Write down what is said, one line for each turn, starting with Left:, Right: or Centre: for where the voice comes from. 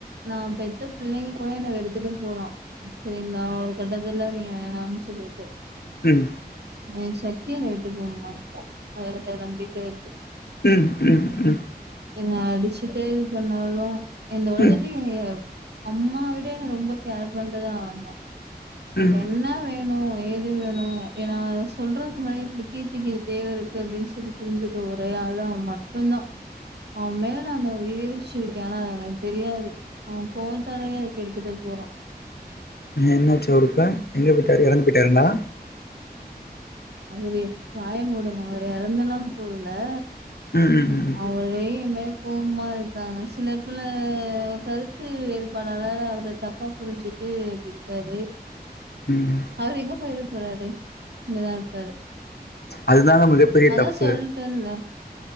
Right: நா பெத்த பிள்ளிங்க கூட என்ன வெருத்துட்டு போலா செரிங்ளா ஒரு கட்டத்துல நீங்க வேணான்னு சொல்லிட்டு
Left: ம்
Right: ஏ சக்கி என்ன விட்டு போகமாட்டா அது எனக்கு நம்பிக்க
Left: ம் ம் ம்
Right: என்ன அடிச்சுட்டு இது பண்ணாலு இந்த உலகத்துலயே
Left: ம்,
Right: என்னய அம்மா விட ரொம்ப கேர் பண்றது அவன் தா எனக்கு
Left: ம், ம்.
Right: என்ன வேணு ஏது வேணு ஏன்னா சொல்றதுக்கு முன்ன இ கீர்த்திக்கு இது தேவ இருக்கு அப்டின்னு சொல்லி புரிஞ்சு ஒரே ஆளு அவ மட்டுதா அவன் மேல நா உயிரே வெச் ஆனா அது அவனக்கு தெரியாது அவன் கோபத்தாலேயே கெடுத்துட்டு போறா
Left: நீ என்னாச்சா அவருக்கு எங்க போய்ட்டாரு இறந்து போய்ட்டாருங்ளா
Right: அவரு வாய மூடுங்க அவரு எறந்தெல்லா போலே
Left: ம், ம், ம்,
Right: அவரு ஏ மேல கோவ்மா இருக்காங்க சில பல கருத்து வேறுபாடாள அவர தப்பா புரிஞ்சுட்டு ட்டு அப்டி இருக்காரு
Left: ம். ம்.
Right: அவரு எங்க போயிரு போறாரு இங்கதா இருப்பாரு
Left: அதுதாங்க மிகப்பெரிய
Right: அதா
Left: தப்பு.
Right: சொல்ட்டேன்லே